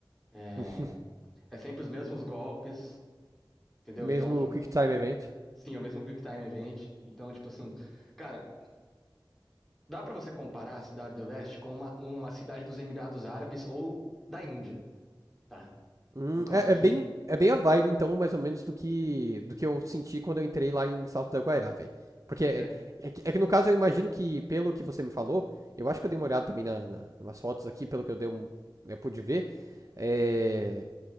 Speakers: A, in the centre; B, on the right.
A: é,
B: <laughs>
A: é sempre os mesmos golpes, entendeu?
B: Mesmo
A: Então,
B: o Quick Time Event.
A: sim, é o mesmo Quick Time Event. Então, tipo assim, cara, dá pra você comparar a Cidade do Leste com uma, uma cidade dos Emirados Árabes ou da Índia, tá?
B: Hum,
A: Por causa
B: é,
A: que.
B: é bem, é bem a vibe, então, mais ou menos, do que, do que eu senti quando eu entrei lá em Salto da Guairá, velho. Porque é,
A: É?
B: é que, é que, no caso, eu imagino que, pelo que você me falou, eu acho que eu dei uma olhada também na, na, nas fotos aqui, pelo que eu, dei um, eu pude ver. é,